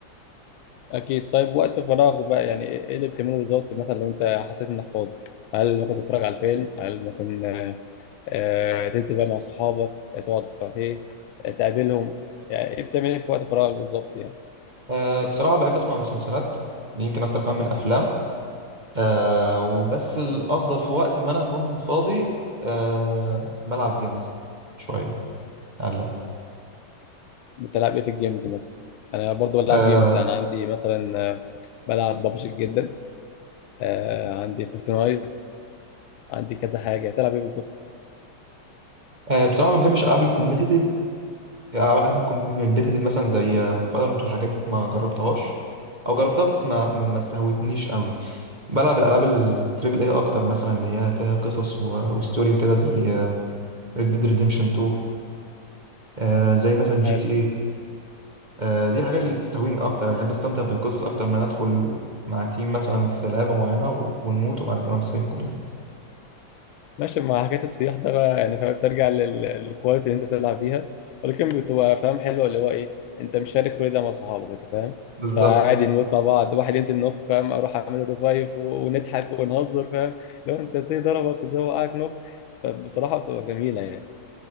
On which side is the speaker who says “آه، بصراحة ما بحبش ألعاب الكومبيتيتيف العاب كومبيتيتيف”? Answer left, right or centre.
Right